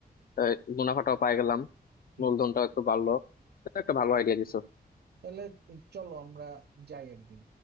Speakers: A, on the left; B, on the right.
A: এই মুনাফাটাও পাই গেলাম
B: হুম।
A: মূলধনটাও একটু বাড়লো এটা একটা ভালো আইডিয়া দিছো
B: তাহলে এই চলো আমরা যাই একদিন